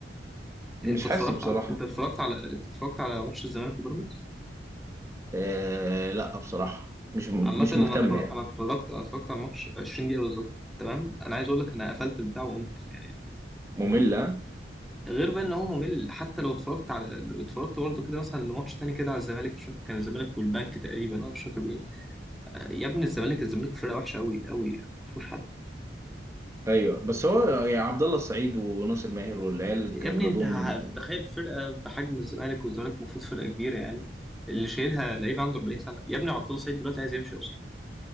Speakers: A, on the right; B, in the centre.
A: مش
B: انت اتفرجت
A: حاسس بصراحه
B: على انت اتفرجت على انت اتفرجت على ماتش الزمالك وبيراميدز
A: آه لا بصراحة مش مش
B: عامه انا
A: مهتم
B: اتفرج...
A: يعني
B: انا اتفرجت انا اتفرجت على الماتش 20 دقيقه بالظبط تمام انا عايز اقول لك انا قفلت البتاع وقمت يعني
A: مملة
B: غير بقى ان هو ممل حتى لو اتفرجت على اتفرجت برضه كده مثلا لماتش تاني كده على الزمالك مش فاكر كان الزمالك والبنك تقريبا انا مش فاكر مين يا ابني الزمالك الزمالك فرقه وحشه قوي قوي ما فيهوش حد
A: ايوه بس هو يعني عبد الله السعيد وناصر ماهر والعيال اللي
B: يا
A: كان
B: ابني
A: جابوهم
B: انت ه- تخيل فرقه بحجم الزمالك والزمالك المفروض فرقه كبيره يعني اللي شايلها لعيب عنده 40 سنه يا ابني عطله سعيد دلوقتي عايز يمشي اصلا